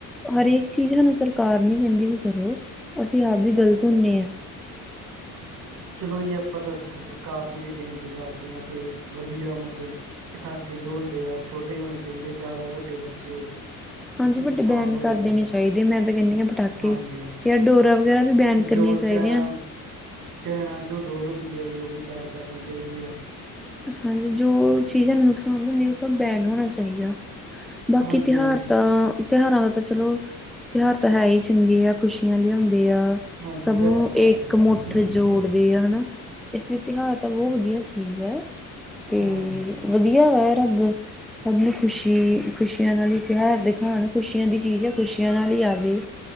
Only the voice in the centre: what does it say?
ਹਰੇਕ ਚੀਜ਼ ਸਾਨੂੰ ਸਰਕਾਰ ਨੀ ਕਹਿੰਦੀ ਵੀ ਕਰੋ। ਅਸੀਂ ਆਪ ਵੀ ਗਲਤ ਹੁਣੇ ਆ।
ਹਾਂਜੀ
ਵੱਡੇ ਬੈਨ
ਕਰ
ਦੇਣੇ ਚਾਹੀਦੇ ਮੈਂ ਤਾਂ ਕਹਿੰਦੀ ਹਾਂ ਪਟਾਕੇ
ਤੇ ਡੋਰਾ ਵਗੈਰਾ ਵੀ ਬੈਨ
ਕਰਨੀਆਂ ਚਾਹੀਦੀਆਂ
ਹਾਂ ਜੀ ਜੋ ਚੀਜ਼ਾਂ ਨੁਕਸਾਨ ਦਿੰਦਿਆਂ ਉਹ ਸਭ ਬੈਡ ਹੋਣਾ ਚਾਹੀਦਾ। ਬਾਕੀ
ਤਿਉਹਾਰ
ਤਾਂ ਤਿਉਹਾਰਾਂ ਦਾ ਤਾਂ ਚਲੋ ਤਿਉਹਾਰ ਤਾਂ ਹੈ ਹੀ ਚੰਗੇ ਆ ਖੁਸ਼ੀ ਆ ਲਿਆਉਂਦੇ ਆ
ਸਭ
ਨੂੰ
ਇੱਕ
ਮੁੱਠ
ਜੌ
ਦੇ ਆ ਹਨਾ, ਇਸ ਲਈ ਤਿਉਹਾਰ ਤਾਂ ਬਹੁਤ ਵਧੀਆ ਚੀਜ਼ ਹੈ। ਤੇ
ਵਧੀਆ ਹੈ ਰੱਬ ਸਭ ਨੂੰ ਖੁਸ਼ੀ ਖੁਸ਼ੀਆਂ ਨਾਲ ਹੀ ਤਿਉਹਾਰ ਦਿਖਾਉਣ ਖੁਸ਼ੀਆਂ ਦੀ ਚੀਜ਼ ਹੈ ਖੁਸ਼ੀਆਂ ਨਾਲ ਹੀ ਆਵੇ।